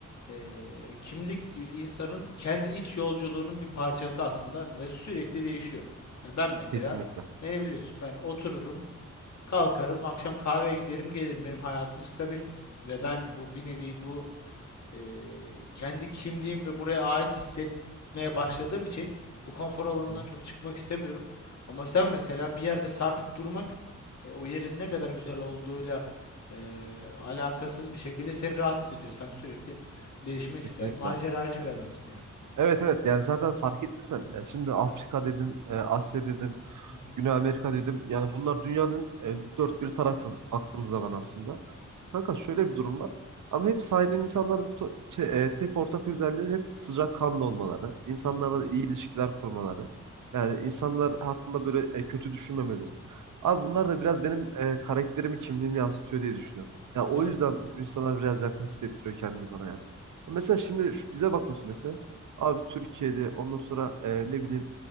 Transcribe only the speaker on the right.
Kesinlikle.
Hı hı.
Kesinlikle.
E,
Evet evet yani zaten fark ettiysen yani şimdi Afrika dedim, e, Asya dedim,
Güney Amerika dedim. Yani bunlar dünyanın e, dört bir tarafı baktığımız
zaman aslında. Kanka şöyle bir durum var. Ama hep saydığım insanların to- şey, e, tek ortak özelliği hep sıcakkanlı olmaları, insanlarla
iyi ilişkiler kurmaları. Yani insanlar hakkında böyle e, kötü düşünmemeleri. Abi bunlar da biraz benim e, karakterimi, kimliğimi yansıtıyor diye düşünüyorum. Ya o
yüzden bu insanlar
biraz yakın hissettiriyor kendini bana yani. Mesela şimdi şu, bize bakıyorsun mesela. Abi Türkiye'de ondan sonra e, ne bileyim